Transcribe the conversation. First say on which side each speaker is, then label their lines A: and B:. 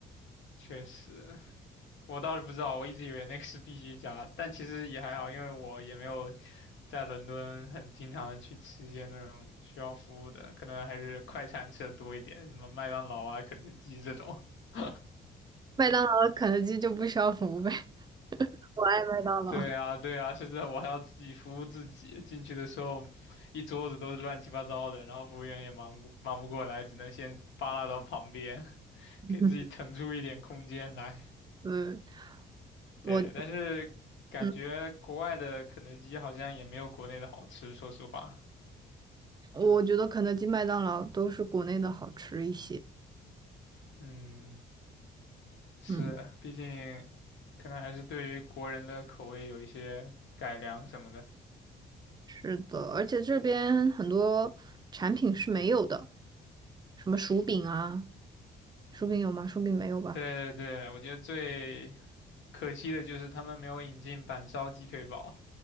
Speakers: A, on the left (about 70°); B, on the right (about 20°).
A: 确实，我倒是不知道，我一直以为那个是必须加，但其实也还好，因为我也没有在伦敦很经常的去吃一些那种需要服务的，可能还是快餐吃的多一点，什么麦当劳啊、肯德基这种。<laughs>
B: 麦当劳、肯德基就不需要服务费。<laughs> 我爱麦当劳。
A: 对啊，对啊，甚至我还要自己服务自己。进去的时候，一桌子都是乱七八糟的，然后服务员也忙不忙不过来，只能先扒拉到旁边，<laughs>
B: <laughs>
A: 给自己腾出一点空间来。
B: 嗯，
A: 对，
B: 我
A: 但是感觉国外的肯德基好像也没有国内的好吃，
B: 嗯，
A: 说实话。
B: 我觉得肯德基、麦当劳都是国内的好吃一些。
A: 嗯，是，
B: 嗯，
A: 毕竟可能还是对于国人的口味有一些改良什么的。
B: 是的，而且这边很多产品是没有的，什么薯饼啊，薯饼有吗？薯饼没有吧？
A: 对对对，我觉得最可惜的就是他们没有引进板烧鸡腿堡。